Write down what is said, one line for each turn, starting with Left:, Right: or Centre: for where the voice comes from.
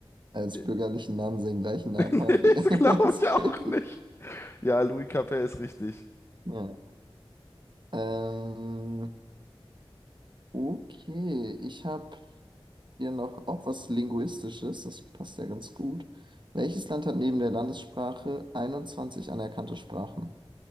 Right: als
Left: Nee,
Right: bürgerlichen Namen seinen gleichen
Left: <laughs>
Right: Namen
Left: nee,
Right: haben
Left: das
Right: wie <laughs>
Left: glaube
Right: als
Left: ich
Right: König.
Left: auch nicht. Ja, Louis Capet ist richtig.
Right: Ja. Ähm, okay, ich habe hier noch auch was Linguistisches, das passt ja ganz gut. Welches Land hat neben der Landessprache 21 anerkannte Sprachen?